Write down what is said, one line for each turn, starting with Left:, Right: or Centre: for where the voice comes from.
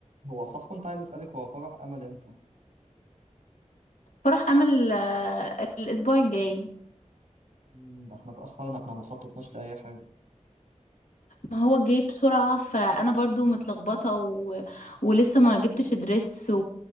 Right: هو صح كنت عايز أسألك هو فرح أمل إمتى؟
Left: فرح عمل آه، الاسبوع الجاي
Right: مم، ده احنا اتأخرنا احنا ما خططناش لأي حاجة
Left: ما هو جاي بسرعة فانا برضو متلخبطة و... ولسه ما جبتش دريس و-